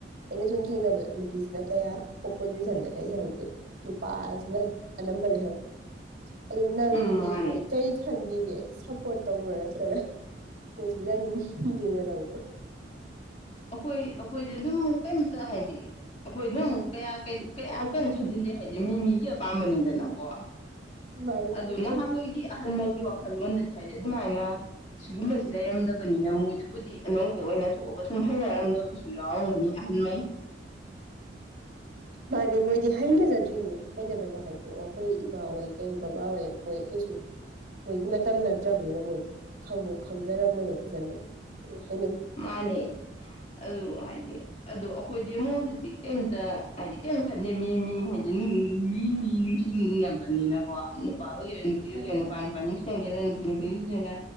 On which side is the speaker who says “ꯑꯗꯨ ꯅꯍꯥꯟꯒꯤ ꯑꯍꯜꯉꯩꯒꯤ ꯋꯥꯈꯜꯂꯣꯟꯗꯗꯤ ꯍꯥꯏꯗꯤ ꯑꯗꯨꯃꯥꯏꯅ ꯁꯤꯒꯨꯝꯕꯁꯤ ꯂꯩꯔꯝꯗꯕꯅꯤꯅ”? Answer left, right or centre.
Left